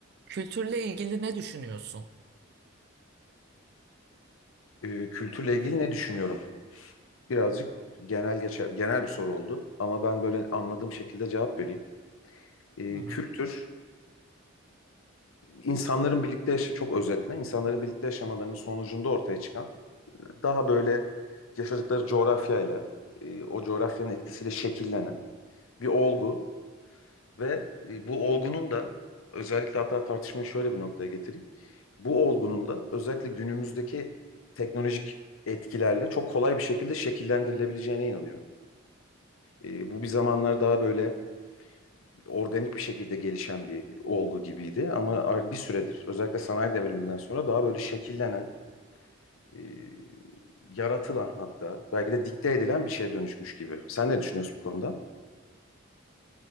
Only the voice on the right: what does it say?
Kültürle ilgili ne düşünüyorsun?
Hı hı.